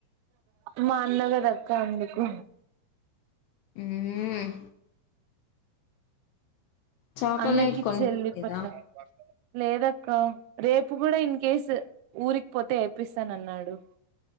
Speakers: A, on the right (about 80°); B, on the left (about 75°).
A: మా అన్న గదక్క అందుకు
B: ఉమ్ చాక్లెట్
A: అన్నకి
B: కొనిపియలేదా
A: చెల్లి పట్ల లేదక్క రేపు అప్పు కూడా ఇన్ కేస్ ఊరికి పోతే ఏపిస్తానన్నాడు